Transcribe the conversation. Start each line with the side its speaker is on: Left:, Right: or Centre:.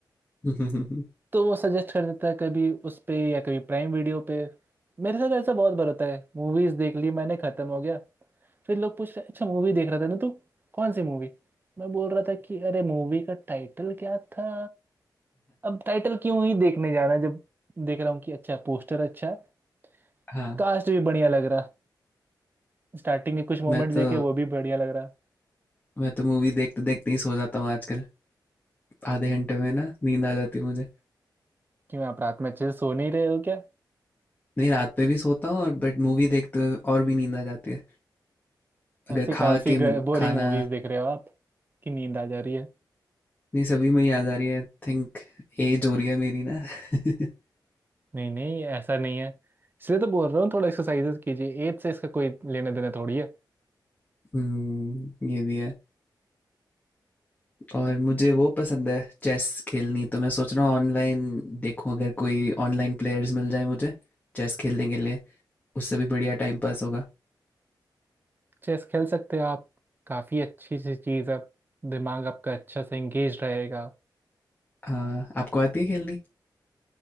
Left: <laughs>
Right: तो वो सजेस्ट कर देता है कभी उस पे या कभी प्राइम वीडियो पे मेरे साथ ऐसा बहुत बार होता है मूवीज देख ली मैंने खत्म हो गया फिर लोग पूछ रहे अच्छा मूवी देख रहा था ना तू कौन सी मूवी मैं बोल रहा था कि अरे मूवी का टाइटल क्या था अब टाइटल क्यों ही देखने जाना जब देख रहा हूँ कि अच्छा पोस्टर अच्छा है
Left: हाँ
Right: कास्ट भी बढ़िया लग रहा स्टार्टिंग के कुछ मोमेंट्स
Left: मैं तो
Right: देखे वो भी बढ़िया लग रहा
Left: मैं तो मूवी देखते देखते ही सो जाता हूँ आजकल आधे घंटे में ना नींद आ जाती है मुझे
Right: क्यों आप रात में अच्छे से सो नहीं रहे हो क्या
Left: नहीं रात पे भी सोता हूँ और बट मूवी देखते हुए और भी नींद आ जाती है
Right: ऐसी
Left: अगर
Right: कौन
Left: खा
Right: सी
Left: के
Right: बोरिंग
Left: खाना
Right: मूवीज देख रहे हो आप कि नींद आ जा रही है
Left: नहीं सभी में ही याद आ रही है थिंक एज हो रही है मेरी ना <laughs>
Right: नहीं नहीं ऐसा नहीं है इसलिए तो बोल रहा हूँ थोड़ा एक्सरसाइजेस कीजिए एज से इसका कोई लेना देना थोड़ी है
Left: हम्म ये भी है और मुझे वो पसंद है चेस खेलनी तो मैं सोच रहा हूँ ऑनलाइन देखूँ अगर कोई ऑनलाइन प्लेयर्स मिल जाए मुझे चेस खेलने के लिए उससे भी बढ़िया टाइम पास होगा
Right: चेस खेल सकते हैं आप काफ़ी अच्छी सी चीज़ है दिमाग आपका अच्छा से एंगेज रहेगा
Left: हाँ आपको आती है खेलनी